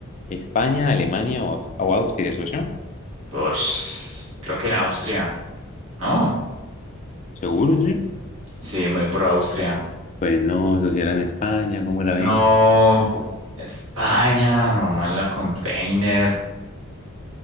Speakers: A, on the left; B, on the right.
A: ¿España, Alemania o, o Austria, socio?
B: Pues creo que en Austria, ¿no?
A: ¿Seguro, socio?
B: Sí, me voy por Austria.
A: Pues no, eso sí era en España, ¿cómo la ve?
B: No, cu- España, nomás la container.